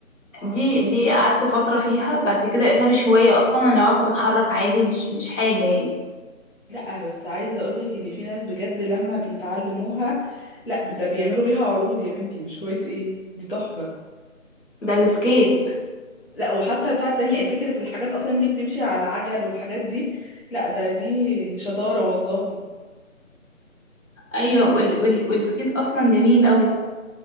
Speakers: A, on the left (about 65°); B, on the left (about 45°).
A: دي دي قعدت فتره فيها بعد كده لقيتها مش هوايه اصلا انا واقفه بتحرك عادي مش مش حاجه يعني
B: لا بس عايزه اقولك ان في ناس بجد لما بيتعلموها لا ده بيعملوا بيها عروض يا بنتي مش هوايه ايه دي تحفه
A: ده السكيت
B: لا وحتى بتاعه التانية فكره الحاجات اصلا انت بتمشي على عجل والحاجات دي لا ده دي يعني شطاره والله
A: ايوه وال... وال... والسكيت اصلا جميل قوي